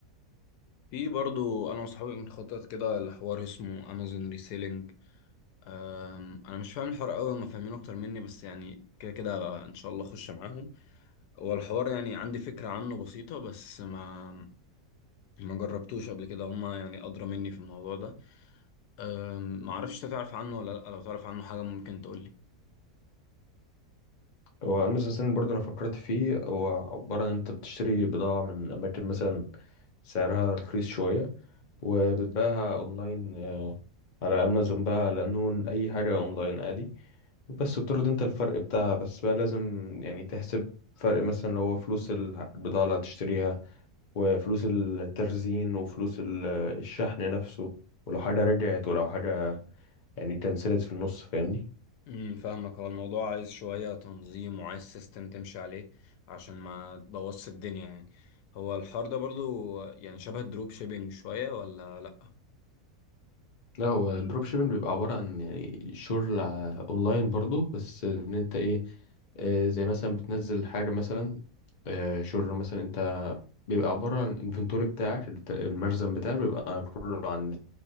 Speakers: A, on the left; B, on the left.
A: في برضو انا وصحابي بنخطط كده لحوار اسمه امازون ريسيلينج أم، انا مش فاهم الحوار قوي هم فاهمين اكتر مني بس يعني كده كده ان شاء الله اخش معاهم هو الحوار يعني عندي فكره عنه بسيطه بس ما ما جربتوش قبل كده هما يعني ادرى مني في الموضوع ده أم، معرفش انت تعرف عنه ولا لأ لو تعرف عنه حاجة ممكن تقولي
B: هو امازون سيلين برضو انا فكرت فيه هو عبارة ان انت بتشتري بضاعة من اماكن مثلا سعرها رخيص شوية وبتباعها اونلاين آه، على امازون بقى على نون اي حاجة اونلاين عادي بس بتاخد انت الفرق بتاعها بس بقى لازم يعني تحسب فرق مثلا اللي هو فلوس الع- البضاعة اللي هتشتريها وفلوس التخزين وفلوس ال- الشحن نفسه ولو حاجة رجعت ولو حاجة يعني اتنسلت في النص فاهمني
A: امم فاهمك هو الموضوع عايز شوية تنظيم وعايز سيستم تمشي عليه عشان ما تبوظش الدنيا يعني هو الحوار ده برضو يعني شبه الدروب شيبينج شوية ولا لأ
B: لا هو الدروب شيبنج بيبقى عبارة عن يعني شغل ع- اونلاين برضو بس ان انت ايه آه، زي مثلا بتنزل حاجة مثلا آه، شغل مثلا انت بيبقى عبارة عن الانفنتوري بتاعك الت- المخزن بتاعك بيبقى كله عن النت